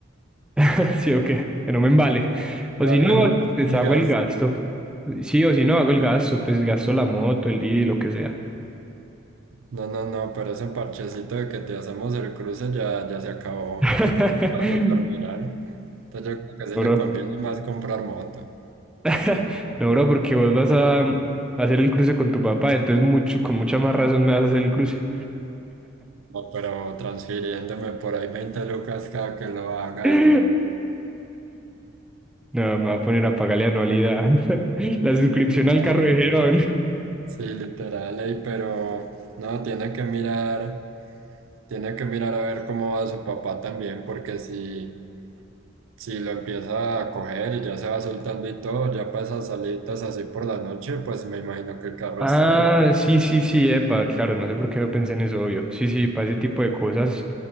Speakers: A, in the centre; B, on the right.
A: <laughs> Sí o qué, que no me embale. O
B: Que
A: si
B: valga
A: no,
B: la pena
A: pues hago
B: el gasto.
A: el gasto. Sí, o si no, hago el gasto, pues gasto la moto, el día, lo que sea.
B: No, no, no, pero ese parchecito de que te hacemos el cruce ya, ya se acabó.
A: <laughs>
B: Va a tocar mirar. Entonces yo creo que
A: Bro.
B: sí le conviene más comprar moto.
A: <laughs> No, bro, porque vos vas a mm, hacer el cruce con tu papá, entonces mucho, con mucha más razón me vas a hacer el cruce.
B: No, pero transfiriéndome por ahí 20 lucas cada que lo haga
A: <laughs>
B: de pronto.
A: No, me va a poner a pagarle anualidad. <laughs> La suscripción al
B: Ah,
A: carro de Gerón.
B: sí, literal, ey, pero no, tiene que mirar, tiene que mirar a ver cómo va su papá también, porque si, si lo empieza a coger y ya se va soltando y todo, ya para esas salidas así por la noche, pues me imagino que el carro
A: Ah,
B: está ahí.
A: sí, sí, sí, epa, claro, no sé por qué no pensé en eso, obvio. Sí, sí, para ese tipo de cosas.